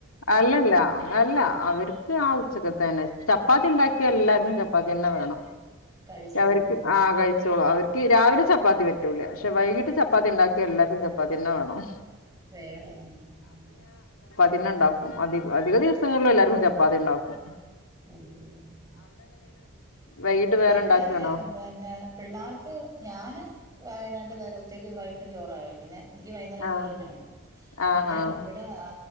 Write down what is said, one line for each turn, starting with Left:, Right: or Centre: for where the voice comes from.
Left: അല്ലല്ല അല്ല അവര് ആ ഉച്ചകത്ത തന്നെ ചപ്പാത്തി ഉണ്ടാക്കി യ എല്ലാർക്കും ചപ്പാത്തി തന്നെ വേണം
Right: കഴിച്ചോളും
Left: അവര്ക്ക്
Right: ആഹ് ആഹ്
Left: ആ കഴിച്ചോളൂ അവര്ക്ക് ഈ രാവിലെ ചപ്പാത്തി പറ്റൂല്ലേ പക്ഷ വൈകീട്ട ചപ്പാത്തി ഉണ്ടാക്കി എല്ലാവർക്കും ചപ്പാത്തി ചപ്പാത്തിയെന്നെ വേണം അത്ന്ന വേണം
Right: വേള ആ <unintelligible>
Left: പിന്നെ ഉണ്ടാക്കും അതി അതിക ദിവസങ്ങളിലും എല്ലാവർക്കും ചപ്പാതി ഉണ്ടകും ആ
Right: മം മം മം
Left: വൈകിട്ട് വേറെ
Right: ഇവിടെ
Left: ഉണ്ടാക്കാണോ
Right: പിന്നെ പിള്ളേർക്ക് ഞാാന് രണ്ടു തരം ഉച്ചയ്ക്ക് വൈട്ടും ചോറാ കഴിക്കുന്നേ എനിക്ക് വൈകുന്നേരം
Left: ആഹ്
Right: ചൂറ് തന്നെ വേണം
Left: ആഹ്
Right: പിന്നെ
Left: ആഹ്
Right: ഇവിടെ ആ